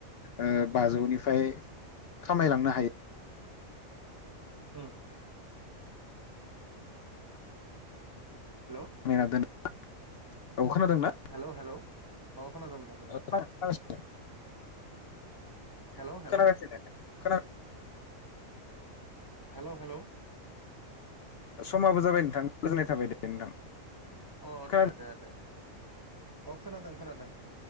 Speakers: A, on the left; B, on the right.
A: ओ बाजौनिफ्राय खामायलांनो हायो
B: उम हेलौ
A: नायना दोन <unintelligible> औ खादोंना।
B: हेलौ हेलौ औ खोनादों नोंथां खोना
A: <unintelligible>
B: हेलौ हेलौ
A: खोनागासिनो खोना
B: हेलौ हेलौ
A: समाबो जाबाय नोंथां गोजोननाय थाबाय दे नोंथां।
B: अ
A: खोना
B: दे दे दे दे अ खोनादों खोनादों।